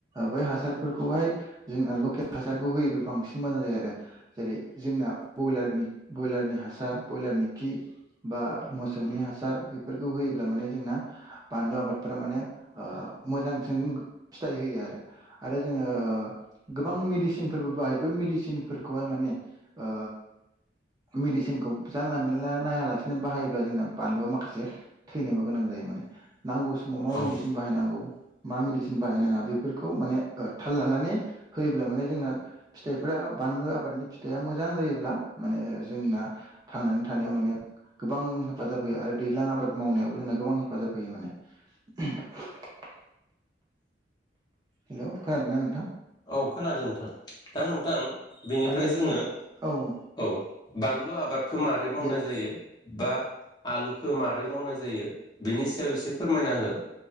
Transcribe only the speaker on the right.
बै हासार फोरखौहाय जोंना लकेल हासारखौ होयोब्ला बांसिन मोजां जायो आरो जेरै जोंना बयलारनि बयलारनि हासार ब्रयलारनि खि बा मोसौनि हासार चम णं बानलु आबादफोरा माने ओ मोजां सिन फिथाइ होयो आरो आरो जोङो गोबां
मेदिसिनफोरबो बाय बै मेदिसिनखौहाय माने ओ मेडिसिनखौ जानला मेनला नायालासिनो बाहायोब्ला जोंना बानलुया माखासे थैनोबो गोनां जायो
माने नांगौ समाव मा
मेडिसिन बाहायनांगौ मा मेडिसि बाहायनाङा बेफोरखौ माने ओ थाल लानानै होयोब्ला माने जोंना फिथाइफोरा बानलु आबादनि फिथाइआ मोजां जायोब्ला माने जोंना थांनानै थानायाव माने गोबां हेफाजाब होयो आरो दैज्लां आबाद मावनायावबो जोंना गोबां हेफाजाब होयो माने <unintelligible>
हेलौ खोनादोंना नोंथां
आरो
जोंना औ
दे